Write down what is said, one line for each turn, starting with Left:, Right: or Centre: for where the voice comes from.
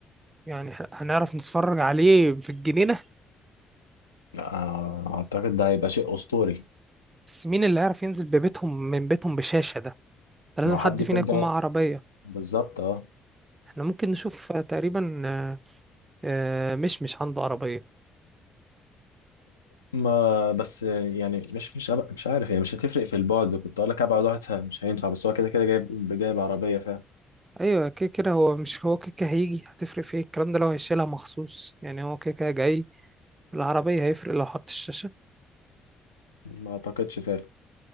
Right: يعني ه- هنعرف نتفرج عليه في الجنينة
Left: آه، اعتقد ده هيبقى شيء اسطوري
Right: بس مين اللي هيعرف ينزل ببيتهم من بيتهم بشاشة ده ده لازم
Left: ما هو
Right: حد
Left: حد يكون
Right: فينا يكون
Left: جاي
Right: معاه عربية
Left: بالظبط اه
Right: احنا ممكن نشوف آه، تقريبا آه، آه، مش مش عنده عربية
Left: ما بس يعني مش مش أب- مش عارف يعني مش هتفرق في البعد كنت اقول لك ابعد واحد مش هينفع بس هو كده كده جايب جايب عربيه فعلا
Right: أيوة كده كده هو مش هو كده كده هيجي هتفرق في ايه الكلام ده لو هيشيلها مخصوص يعني هو كده كده جاي العربية هيفرق لو حط الشاشة
Left: ما اعتقدش فعلا